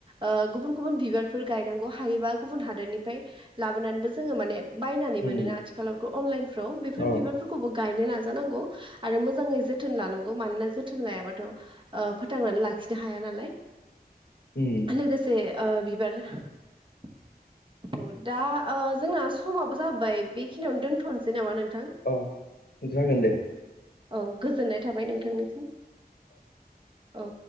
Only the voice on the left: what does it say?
उम
अ
उम
अ जागोन दे।